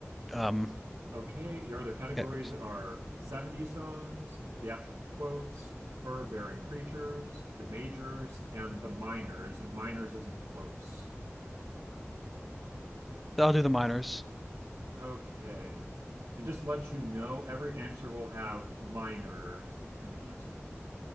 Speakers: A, in the centre; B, on the right.
A: um
B: Okay, your other categories
A: categories?
B: are 70s songs, theatrical quotes, fur-bearing creatures, the majors, and the minors, and minors is in quotes.
A: I'll do the minors.
B: Okay. And just let you know, every answer will have minor in the answer.